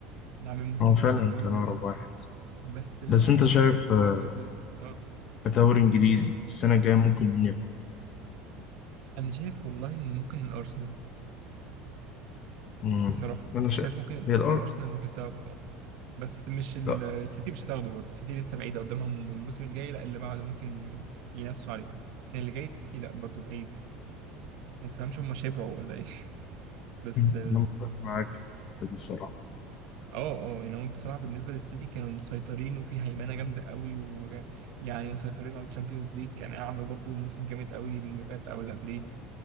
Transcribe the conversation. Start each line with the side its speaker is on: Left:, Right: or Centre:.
Right: انه عامل موسم
Left: هو فعلا
Right: جبار
Left: كان
Right: زي
Left: أقرب
Right: ده
Left: واحد
Right: بس للاسف
Left: بس أنت شايف
Right: خسرت
Left: آه،
Right: الشامبيونز ليج اه
Left: كدوري إنجليزي السنة الجاية ممكن مين ياخدها؟
Right: انا شايف والله ان ممكن الارسنال
Left: مم.
Right: بصراحه
Left: أنا شايف
Right: شايف ممكن
Left: هي الأرض
Right: الارسنال ممكن تاخده اه بس مش ال-
Left: لا
Right: السيتي مش هتاخده برضه السيتي لسه بعيده قدامهم الموسم الجاي لا اللي بعده ممكن ي- ينافسوا عليه لكن اللي جاي السيتي لا برضه بعيد ما تفهمش هم شبعوا ولا ايه <laughs> بس
Left: مم. أنا متفق معاك في دي الصراحة
Right: اه اه ان هم بصراحه بالنسبه للسيتي كانوا مسيطرين وفي هيمنه جامده قوي ويعني مسيطرين على الشامبيونز ليج يعني عملوا برضو موسم جامد قوي اللي فات او اللي قبليه